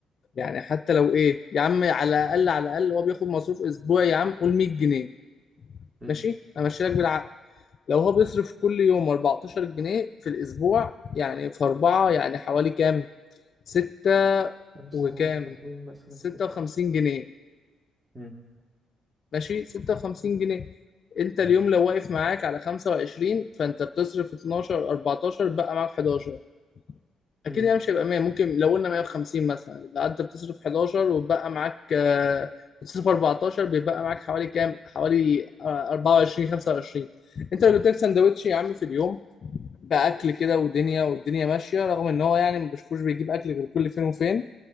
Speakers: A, on the left; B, on the right.
A: يعني حتى لو ايه يا عم على الاقل على الاقل هو بياخد مصروف اسبوعي يا عم قول 100 جنيه
B: مم.
A: ماشي امشي لك بالعقل لو هو بيصرف كل يوم 14 جنيه في الاسبوع يعني في اربعه يعني حوالي كام؟ ستة
B: خمسة
A: وكام
B: وطالبين مثلا
A: 56
B: ستة
A: جنيه
B: مم.
A: ماشي 56 جنيه انت
B: ماشي
A: اليوم لو واقف معاك على 25 فانت بتصرف 12 14 بقى معاك 11
B: مم.
A: اكيد يعني مش هيبقى 100 ممكن لو قلنا 150 مثلا يبقى انت بتصرف 11 وبقى معاك آه، بتصرف 14 بيبقى معاك حوالي كام حوالي آه، 24 25 انت لو جبت لك سندوتش يا عم في اليوم باكل كده ودنيا والدنيا ماشيه رغم ان هو يعني ما بشوفوش بيجيب اكل غير كل فين وفين